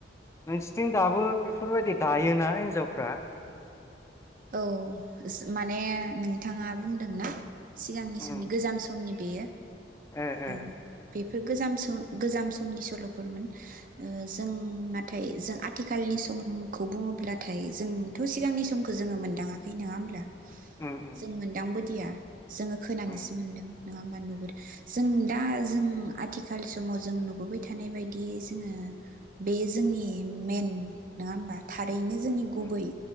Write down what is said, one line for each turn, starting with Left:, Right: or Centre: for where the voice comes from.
Left: नोंसिरथिं दाबो बेफोरबायदि दायोना हिनजावफ्रा?
Right: औ माने नोंथाङा बुंदोंना? सिगांनि
Left: उम
Right: समनि गोजाम समनि बेयो। <inaudible>
Left: ए ए
Right: बे गोज समनि सलफोरमोन जों नाथाय जों आथिखालनि समखौ बुंङोब्लाथाय जोंथ सिगांनि समखौ जोंङो मोनदांङाखै नंङा होनब्ला।
Left: उम उम
Right: जों मोनदांबोदिया। जोंङो खोनानोसो
Left: उम
Right: मोनदों। नङा होमबा नुबोदों जों दा जों आथिखाल समाव जों नुबोबाय थानाय बायदियै जोङो बे जोंनि मेन नङा होमबा थार रैनो जोंनि गुबै
Left: उम